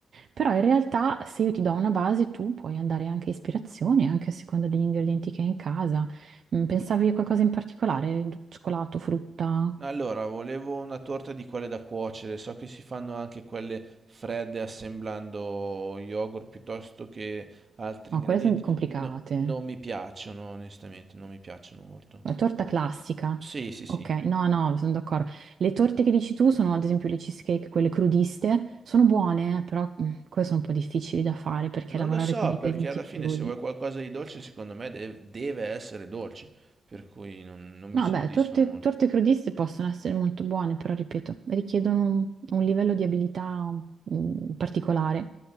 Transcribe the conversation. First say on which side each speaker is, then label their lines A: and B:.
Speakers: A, on the right (about 55°); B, on the right (about 30°).
A: Però in realtà se io ti do una base, tu puoi andare anche a ispirazione, anche a seconda degli ingredienti che hai in casa. Mm, Pensavi a qualcosa in particolare? Cioccolato, frutta?
B: Allora, volevo una torta di quelle da cuocere, so che si fanno anche quelle fredde assemblando yogurt piuttosto che altri
A: No,
B: ingredienti.
A: quelle sono complicate.
B: No, non mi piacciono, onestamente, non mi piacciono molto.
A: La torta classica.
B: Sì, sì, sì.
A: Ok, no, no, sono d'accordo. Le torte che dici tu sono, ad esempio, le cheesecake, quelle crudiste, sono buone, eh, però mm, queste sono un po' difficili da fare perché
B: Non
A: lavorare
B: lo so,
A: con gli ingredienti
B: perché alla fine
A: crudi.
B: se vuoi qualcosa di dolce, secondo me de- deve essere dolce, per cui non, non mi
A: No,
B: soddisfano
A: beh, torte,
B: molto.
A: torte crudiste possono essere molto buone, però ripeto, richiedono un, un livello di abilità mm, particolare